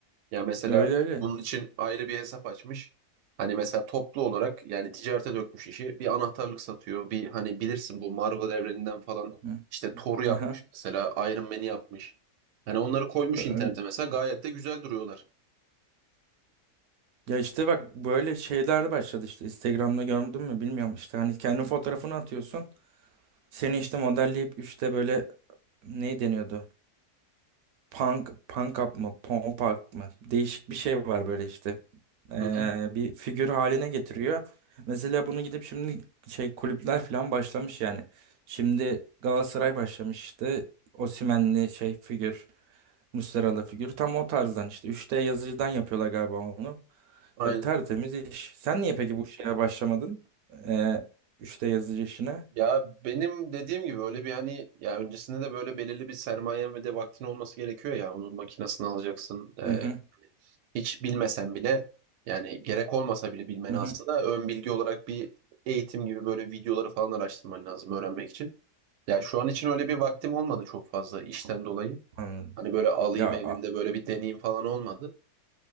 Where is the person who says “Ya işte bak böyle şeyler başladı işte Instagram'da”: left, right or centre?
Right